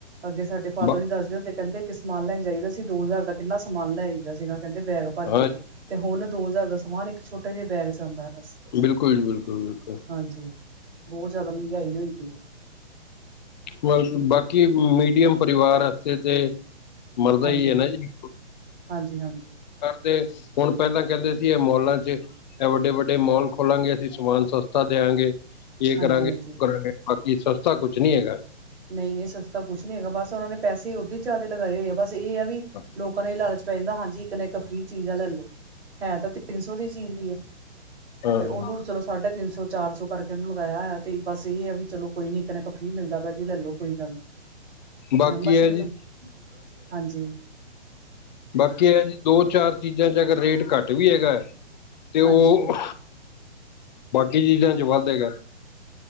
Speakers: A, on the right (about 70°); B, on the left (about 40°).
A: ਅੱਗੇ ਸਾਡੇ ਫਾਦਰ
B: ਬ
A: ਨ ਦੱਸਦੇ ਹੋਂਦੇ ਕਹਿੰਦੇ ਇੱਕ ਸਮਾਨ ਲੈਣ ਜਾਈਦਾ ਸੀ, ਦੋ ਹਜ਼ਾਰ ਦਾ ਕਿੰਨਾ ਸਮਾਨ ਲੈ ਆਈਦਾ ਸੀਗਾ, ਕਹਿੰਦੇ ਬੈਗ ਭਰ ਕੇ।
B: ਹਾਂ
A: ਤੇ ਹੁਣ ਦੋ ਹਜ਼ਾਰ ਦਾ ਸਮਾਨ, ਇੱਕ ਛੋਟੇ ਜਿਹਾ ਬੈਗ ਚ ਆਉਂਦਾ ਹੈ ਬਸ।
B: ਬਿਲਕੁਲ ਜੀ। ਬਿਲਕੁਲ -ਬਿਲਕੁਲ।
A: ਹਾਂਜੀ, ਬਹੁਤ ਜਿਆਦਾ ਮਹਿੰਗਾਈ ਹੋਈ ਪਈ ਹੈ।
B: ਮਲ ਬਾਕੀ, ਮੀਡੀਅਮ ਪਰਿਵਾਰ ਵਸਤੇ ਤੇ। ਮਰਦਾ
A: ਹਾਂਜੀ,
B: ਹੀ ਹੈ ਨਾ ਜੀ।
A: ਹਾਂਜੀ-ਹਾਂਜੀ।
B: ਤੇ ਹੁਣ ਪਹਿਲਾਂ ਕਹਿੰਦੇ ਸੀ, ਇਹ ਮੋਲਾਂ ਚ ਇਹ ਵੱਡੇ ਵੱਡੇ ਮੋਲ ਖੋਲਾਂਗੇ, ਅਸੀਂ ਸਮਾਨ ਸਸਤਾ ਦਿਆਂਗੇ। ਇਹ
A: ਹਾਂਜੀ-ਹਾਂਜੀ,
B: ਕਰਾਂਗੇ, ਉਹ ਕਰਾਂਗੇ, ਬਾਕੀ ਸਸਤਾ ਕੁਛ ਨੀ ਹੈਗਾ।
A: ਨਹੀਂ-ਨਹੀਂ, ਸਸਤਾ ਕੁਛ ਨੀ ਹੈਗਾ, ਬਸ ਉਹਨਾਂ ਨੇ ਪੈਸੇ ਓਦੇ ਹੀ, ਜ਼ਿਆਦਾ ਲਗਾਏ ਹੋਏ ਆ ਬਸ। ਤੇ ਇਹ ਵੀ
B: ਹਾਂ
A: ਲੋਕਾਂ ਨੂੰ ਲਾਲਚ ਪੈ ਜਾਂਦਾ, ਹਾਂਜੀ ਇੱਕ ਨਾ ਇੱਕ ਫ੍ਰਰੀ ਚੀਜ਼ ਆ ਲੈ ਲੋ ਹੈ ਤਾਂ ਤਿੰਨ ਸ ਦੀ ਚੀਜ਼ ਹੀ ਹੈ,
B: ਹਾਂ
A: ਤੇ ਉਹਨੂੰ।
B: ਹਾਂ
A: ਚਲੋ ਸਾਢੇ ਤਿੰਨ ਸੌ ਚਾਰ ਸੌ, ਕਰਕੇ ਉਹਨੂੰ ਲਗਾਇਆ ਹੋਇਆ, ਤੇ ਬਸ ਇਹ ਆ ਵੀ ਚਲੋ, ਕੋਈ ਨੀ ਇੱਕਨਾ ਕੁ ਫਰੀ ਮਿਲਦਾ ਪੈ। ਲੈਲੋ ਕੋਈ ਗੱਲ ਨ
B: ਬਾਕੀ
A: ਆਮਸੀ
B: ਹੈ
A: ਕਿਤੇ,
B: ਜੀ
A: ਹਾਂਜੀ।
B: ਬਾਕੀ ਇਹ ਜੀ, ਦੋ ਚਾਰ ਚੀਜ਼ਾਂ ਚ ਅਗਰ ਰੇਟ ਘੱਟ ਵੀ ਹੈਗਾ, ਤੇ ਉਹ
A: ਹਾਂਜੀ
B: ਬਾਕੀ ਚੀਜ਼ਾਂ ਚ ਵੱਧ ਹੈਗਾ।